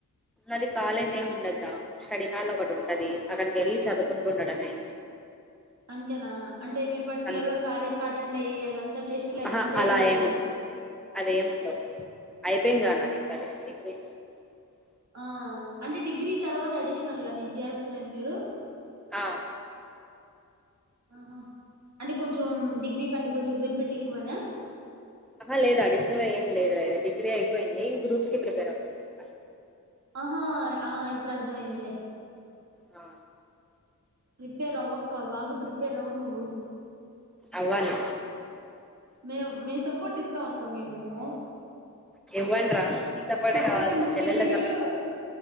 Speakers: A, in the centre; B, on the right (about 55°).
A: అది కాలేజ్ ఏమి ఉండదురా స్టడీ హల్ ఒకటి ఉంటది అక్కడికి వెళ్ళి చదువుకుంటూ ఉండడమే
B: అంతేనా అంటే మీరు పర్టికులర్
A: అంతే
B: గా కాలేజ్కి అటెండ్ అయ్యి అదంతా టెస్ట్ లేదంతే
A: ఆహా అలా
B: ఏం లేదు
A: ఏము
B: కదా
A: అవేమి ఉండవు <unintelligible>
B: ఆ అంటే డిగ్రీ తర్వాత అడిషనల్ గాని జెస్తున్నది మీరు
A: ఆ
B: ఆహా అంటే కొంచెం డిగ్రీ క అంటే కొంచెం బెనిఫిట్ ఎక్కువేనా
A: ఆహ లేదు అడిషనల్ గా ఏమి లేదు రా ఇది డిగ్రీ అయిపోయింది గ్రూప్స్ కి ప్రిపేర్ అవుతున్నా ఇంకా అంతే
B: ఆహా ఆ ఇప్పుడు అర్ధం అయిందిలే
A: ఆ
B: ప్రిపేర్ అవ్వక్క బాగా ప్రిపేర్ అవు ను్వు
A: అవ్వాలీ
B: మేము మేము సపోర్ట్ ఇస్తాం అక్క మేము
A: ఇవండీ రా మీ సపోర్టే
B: సపోర్ట్
A: కావాలి
B: ముఖ్యం
A: చెల్లెళ్ళ
B: బిఘలు
A: సపో